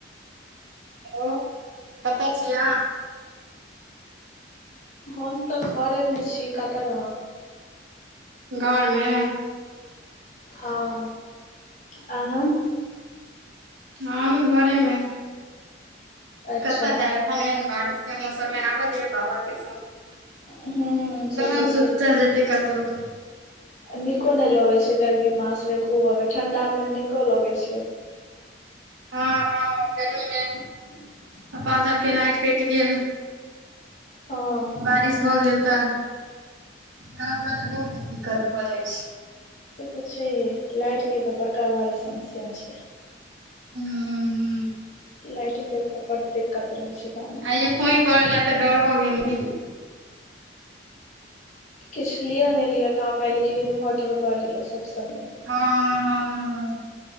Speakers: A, on the right; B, on the left.
A: हेलो कते छिय
B: हम तऽ घरेमे छी कतऽ रहब
A: घरमे
B: हँ अहा
A: हम घरेमे
B: अच्छा
A: कतऽ जाय एखन एहन बारिश के मौसम मे आबऽ दियो बाहर केसब
B: हूँ से
A: तहन
B: तऽ छै
A: सुतल जेतै कतहु
B: नीको नहि लगैत छै गर्मी मासमे खूब आबै ठण्डामे नीको लगैत छै
A: हाँ हाँ गर्मीमे
B: ह <inaudible>
A: अपन सब के लाइट कटि गेल
B: हँ
A: बारिश भऽ गेल तऽ गाँव घर मे बहुत दिक्कत भऽ जाइ छै
B: से तऽ छैहे लाइट के तऽ बड़का भारी समस्या छै
A: हु हु
B: लाइट के ओतऽ बड दिक्कत रहे छै गाँवमे
A: की फुहीं परल या तऽ डर भऽ गेलखीन
B: किछ लिया नहि लिया गाँव में लेकिन इनवोटर ला लिया सब समय
A: हँ हँ ह